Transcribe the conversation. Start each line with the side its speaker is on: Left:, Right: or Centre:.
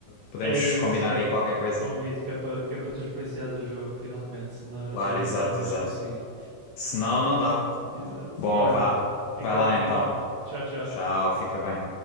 Left: podemos
Right: É isso,
Left: combinar
Right: olha.
Left: aí qualquer coisa.
Right: convido que é para, que é para tu experienciares o jogo finalmente, senão eu
Left: Claro,
Right: estou a ver
Left: exato,
Right: que não vais
Left: exato.
Right: conseguir.
Left: Se não, não dá.
Right: Exato.
Left: Bom,
Right: Olha,
Left: vá,
Right: fica
Left: vai lá
Right: bem
Left: então.
Right: então. Tchau, tchau.
Left: Tchau, fica bem.